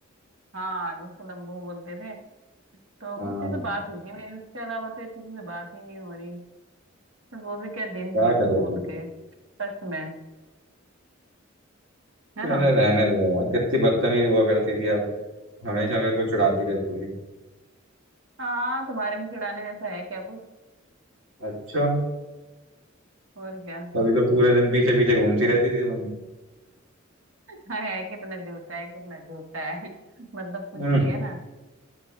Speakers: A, on the right (about 90°); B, on the right (about 70°).
A: हाँ जिसको लंबू बोलते थे तो
B: हाँ
A: उसी से बात हुई थी मेरी उसके अलावा तो यार किसी से बात ही नहीं हो रही पर वो भी क्या दिन
B: क्या
A: थे स्कूल
B: करोगी
A: के सच में है
B: अरे
A: ना
B: रहने दो यार कितनी बदतमीज हुआ करती थी आप हमेशा मेरे को चिढ़ाती रहती थी
A: हाँ तुम्हारे में चिढ़ाने जैसा है क्या कुछ
B: अच्छा
A: और क्या <laughs>
B: तभी तो पूरे दिन पीछे पीछे घूमती रहती थी तुम
A: हाँ, है कितना झूठा है कितना झूठा है <laughs> मतलब कुछ
B: हम्म
A: भी है ना